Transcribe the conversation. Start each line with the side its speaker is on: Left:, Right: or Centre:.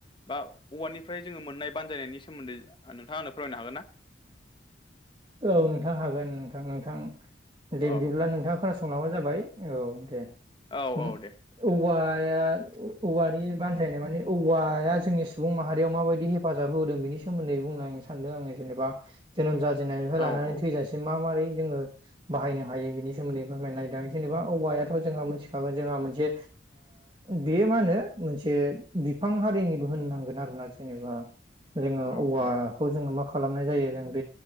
Left: बा औवानिफ्राय जोङो मोननाय बानजायनायनि सोमोन्दै नोंथां आ आंनो फोरमायनो हागोन ना।
Right: औ नोंथां हागोन नोंथां नोंथां दे
Left: औ
Right: बिदिब्ला नोंथां खोनासं संलबानो जाबाय औ दे।
Left: औ
Right: उम,
Left: औ दे।
Right: औवाया औवानि बानजायनाय माने औवाया जोंनि सुबुं माहारियाव माबादि हे हेफाजाब होदों बेनि सोमोन्दै बुंलांनो सानदों आङो जेनेबा जोनोम जाजेननायनिफ्राय
Left: औ
Right: लानानै
Left: औ
Right: थैजासिम मा मारै जोङो बाहायनो हायो बिनि सोमोन्दै फोरमायनायदों जेनेबा औवायाथ' जोंहा मोनथिखागोन जोंहा मोनसे। बेयो मा होनो मोनसे बिफां हारिनिबो होननांगोन आरोना जेनेबा। जोङो
Left: औ
Right: औवाखौ
Left: औ
Right: जोङो मा खालामनाय जायो जों ब